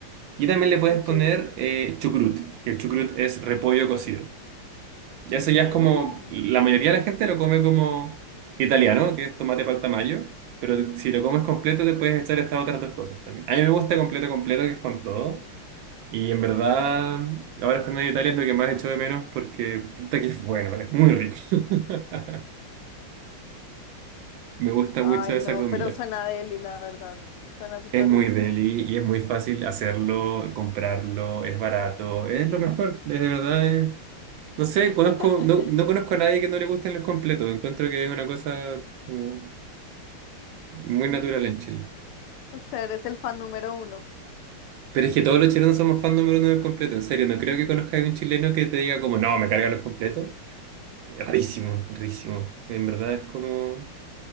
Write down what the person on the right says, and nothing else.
Y también le puedes poner
eh, chucrut, que el chucrut es repollo cocido. Y eso ya
es como, la mayoría de la gente lo come como italiano, que es tomate palta mayo, pero si lo comes completo te puedes echar estas otras dos cosas también. A mí me gusta completo, completo, que es con
todo. Y en verdad, ahora estando en Italia es lo que más echo de menos porque puta que es bueno, es muy rico. <laughs> Me gusta
mucho esa
comida.
Es muy
deli y es muy fácil hacerlo, comprarlo, es barato, es lo mejor, es de verdad es No sé,
conozco, no, no conozco a nadie que no le gusten los completos. Encuentro que es una cosa como muy natural en Chile.
Pero es que todos los chilenos somos fan número uno del completo. En serio, no creo que conozca a un chileno que te diga como, no, me cargan los completos. Rarísimo, rarísimo. En verdad es como...